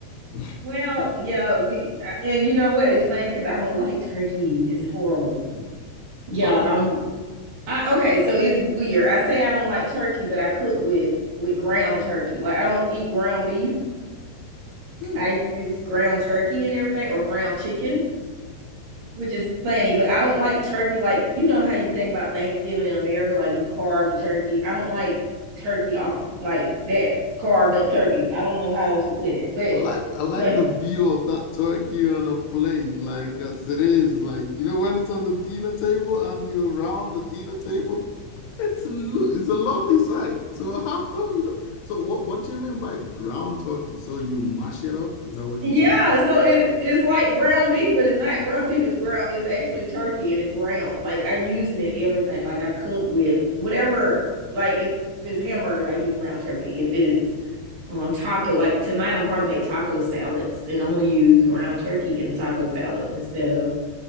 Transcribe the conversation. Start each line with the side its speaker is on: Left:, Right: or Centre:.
Left: <laughs>
Right: Well, yeah, we uh, and you know what? It's funny because I don't like turkey. It's horrible.
Left: Hmm. Why?
Right: Yeah, I'm I okay, so it's weird. I say I don't like turkey, but I cook with with ground turkey. Like I don't eat ground beef.
Left: Hmm.
Right: I use ground turkey and everything, or ground chicken, which is funny, but I don't like turkey. Like, you know how you think about Thanksgiving in America, like you carve the turkey. I don't like turkey off like that, carved up turkey. I don't know how else to put it, but
Left: I like I like
Right: anyway,
Left: the view of that turkey on a plate, like as it is, like you know when it's on the dinner table and you're around the dinner table It's a, it's a lovely sight. So how come you don't? So what what do you mean by ground turkey? So you mash it up? Is that what you
Right: yeah.
Left: mean?
Right: So it it's like ground beef, but it's not ground beef. It's ground. It's actually turkey and it's ground. Like I use it in everything. Like I cook with whatever. Like if it's hamburgers, I use ground turkey. If it's um taco like tonight I'm probably make taco salads and I'm gonna use ground turkey in the taco salads instead of